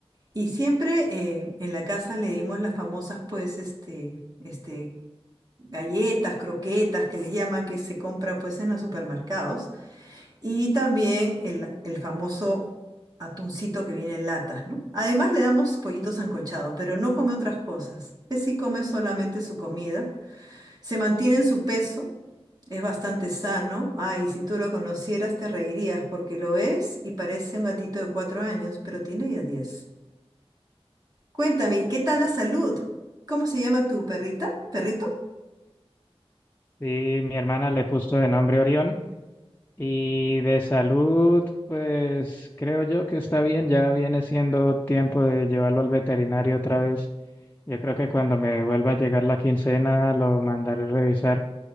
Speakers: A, on the right; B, on the left.
A: Y siempre eh, en la casa le dimos las famosas, pues, este, este, galletas, croquetas, que les llaman, que se compra pues en los supermercados, y también el, el famoso atuncito que viene en latas, ¿no? Además le damos pollito sancochado, pero no come otras cosas. Que sí come solamente su comida, se mantiene en su peso, es bastante sano. Ay, si tú lo conocieras te reirías porque lo ves y parece un gatito de cuatro años, pero tiene ya diez. Cuéntame, ¿qué tal la salud? ¿Cómo se llama tu perrita? ¿Perrito?
B: Sí, mi hermana le puso de nombre Orión Y de salud, pues creo yo que está bien, ya viene siendo tiempo de llevarlo al veterinario otra vez. Yo creo que cuando me vuelva a llegar la quincena lo mandaré a revisar